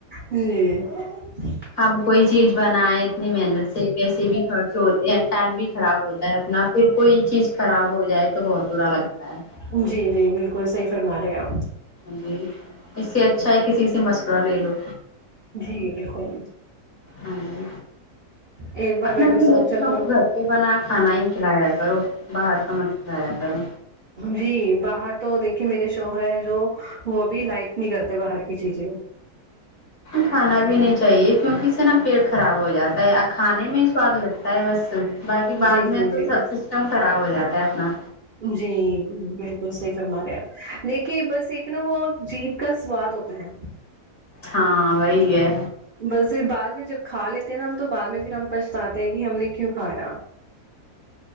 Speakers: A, on the right; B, on the left.
A: جی <unintelligible>
B: ہم کوئی چیز بنائے اتنی محنت سے پیسے بھی خرچ ہوتے ہیں ٹائم بھی خراب ہوتا ہے اپنا پھر کوئی چیز خراب ہو جائے تو بہت برا لگتا ہے
A: جی جی بالکل صحیح فرما رہے آپ
B: جی اس سے اچھا ہے کسی سے مشورہ لے لو
A: جی بالکل
B: ہاں جی
A: ایک بار
B: اپنا
A: میں
B: اپنے
A: نے سوچا
B: بچوں
A: تھا
B: کو گھر پہ بنا کھانا ہی کھلایا کرو باہر کا مت کھلایا کرو
A: جی باہر تو دیکھیے میرے شوہر ہے جو وہ بھی لائک نہیں کرتے باہر کی چیزیں
B: کھانا بھی نہیں چاہیے کیونکہ اس سے نا پیٹ خراب ہو جاتا ہے کھانے میں ہی سواد لگ تا ہے بس باقی بعد
A: جی جی
B: میں تو
A: جی
B: سب سسٹم خراب ہو جاتا ہے اپنا
A: جی بہتر صحیح فرما رہے اپ لیکے بس ایک نا وہ جیپ کا سواد ہوتا ہے
B: ہاں وہی ہے
A: بس بعد میں جب کھا لیتے ہیں نا ہم تو بعد میں پھر ہم پچھتاتے ہیں کہ ہم نے کیوں کھایا